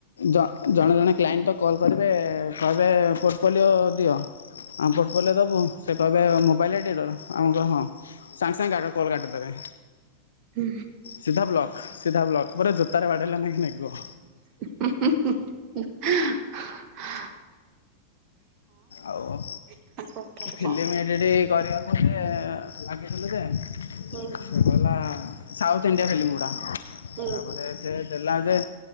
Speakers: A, on the left (about 65°); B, on the right (about 40°).
A: ଜ ଜଣେ ଜଣେ କ୍ଲାଇଣ୍ଡି ତ କଲ୍ କରିବେ କହିବେ ପୋର୍ଟପୋଲିଓ ଦିଅ। ଆମ ପେଟ୍ ପେଲିଓ ଦେବୁ ସେ କହିବେ ମୋବାଇଲ୍ ଲେ ଟିକିଏ ଦବ ଆମେ କହି ମୁଁ ହଁ। ସାଙ୍ଗେ ସାଙ୍ଗେ ଗାଗା କଲ୍ କାଟି ଦେବେ।
B: ହୁଁ।
A: ସିଧା ବ୍ଲକ ସିଧା ବ୍ଲକ ପୁରା ଜୋତାରେ ବାଡେଇଲା ନାହିଁକି ଲାଗିବ।
B: ହଁ ହଁହଁ ହଁ ଆଁ।
A: ଆଉ
B: ନାହିଁ କଥାରେ
A: ଫିଲିମି
B: କଣ
A: ଏଡିଟିଂ କରିବାକୁ ମଝିରେ ଲାଗିଥିଲୁ ଯେ
B: ହୁଁ।
A: ସେ କହିଲା ସାଉଥ୍ ଇଣ୍ଡିଆ ଫିଲ୍ମି ଗୁଡ଼ା
B: ହୁଁ
A: ତାପରେ ସେ ଦେଲା ଯେ